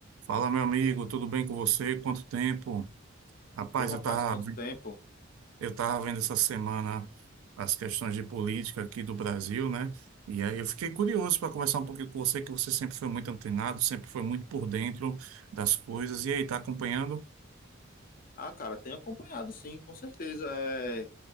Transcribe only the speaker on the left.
Ô, rapaz,
quanto tempo?
Ah, cara, tenho acompanhado sim, com certeza. É...